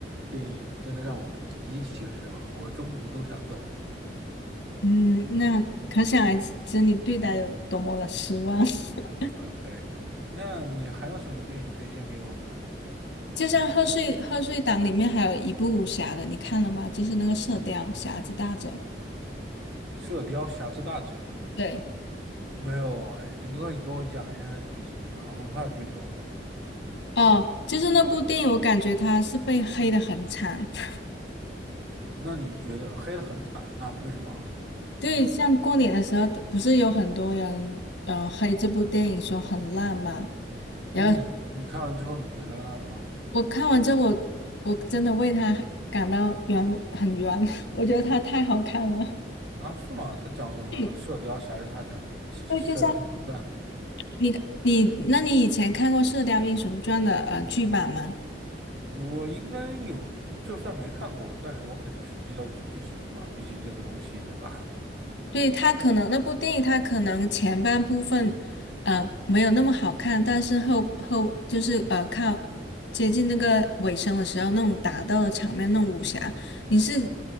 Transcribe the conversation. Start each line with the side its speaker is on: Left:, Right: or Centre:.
Right: 电影真的让我极其失望，我中途都想走了。
Left: 嗯，那可想而知你对他有多么的失望。<laughs>
Right: OK，那你还有什么电影推荐给我吗？
Left: 就像贺岁贺岁档里面还有一部武侠的，你看了吗？就是那个《射雕》，侠之大者。
Right: 《射雕侠之大者》
Left: 对。
Right: 没有啊哎，你可以给我讲一下它的剧情嘛，我不怕剧透的。
Left: 哦，就是那部电影，我感觉它是被黑的很惨。<laughs>
Right: 那你觉得黑的很惨，那为什么啊？
Left: 对，像过年的时候，不是有很多人呃黑这部电影说很烂嘛？
Right: 那你你看完之后你觉得了吗？
Left: 然后我看完之后，我我真的为他感到冤，很冤。<laughs> 我觉得他太好看了。
Right: 啊，是吗？他讲什么了？
Left: 对，
Right: 《射雕侠之大者》射《雕英雄传》，
Left: 就像你你，那你以前看过《射雕英雄传》的呃剧版吗？
Right: 我应该有，就算没看过，但是我肯定是知道剧剧情的嘛，毕竟这个东西，对吧？
Left: 对，他可能那部电影，他可能前半部分，呃，没有那么好看，但是后后就是呃，靠接近那个尾声的时候，那种打斗的场面，那种武侠，你是，